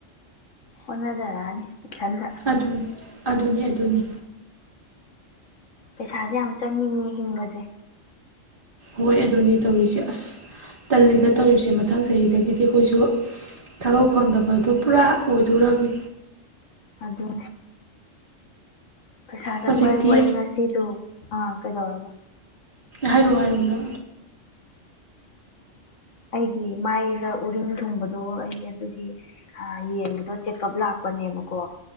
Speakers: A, on the left; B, on the right.
A: ꯍꯣꯠꯅꯖꯔꯛꯑꯅꯤ ꯏꯊꯟꯗ
B: ꯑꯗꯨꯅꯤ ꯑꯗꯨꯅꯤ ꯑꯗꯨꯅꯤ
A: ꯁ ꯁꯥꯖꯤꯦ ꯑꯝꯆꯥ ꯃꯤꯅꯤ ꯍꯤꯡꯕꯖꯦ
B: ꯍꯣꯏ ꯑꯗꯨꯅꯤ ꯇꯧꯔꯤꯁꯦ ꯑꯁ ꯇꯜꯂꯤꯗ ꯇꯧꯔꯤꯁꯦ ꯃꯊꯪ ꯆꯍꯤꯗꯒꯤꯗꯤ ꯑꯩꯈꯣꯏꯁꯨ ꯊꯕꯛ ꯐꯪꯗꯕꯗꯣ ꯄꯨꯔꯥ ꯑꯣꯏꯗꯣꯔꯝꯅꯤ
A: ꯑꯗꯣ ꯄꯩꯁꯥ ꯆꯪꯕ
B: ꯍꯧꯖꯤꯛꯇꯤ
A: ꯍꯥꯏꯕ ꯑꯩ ꯉꯁꯤꯗ ꯑꯥ ꯀꯩꯗꯧꯔꯕ
B: ꯍꯔ ꯋꯥ ꯍꯥꯏꯔꯨꯗ
A: ꯑꯩꯒꯤ ꯃꯥꯏꯗ ꯎꯔꯤꯡ ꯊꯨꯡꯕꯗꯣ ꯑꯩ ꯑꯗꯨꯒꯤ ꯌꯦꯡꯕꯗꯣ ꯆꯦꯛꯑꯞ ꯂꯥꯛꯄꯅꯦꯕꯀꯣ